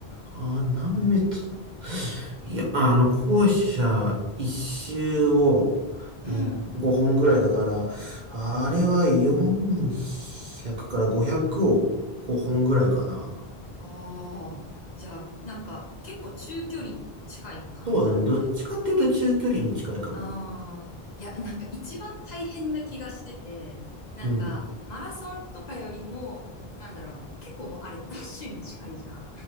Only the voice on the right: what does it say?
あれ、何メートルいや、あの、校舎一周を、うん5本ぐらいだから、
あれは400から500を5本ぐらいかな。
そうだね。どっちかっていうと中距離に近いかもね。
うん。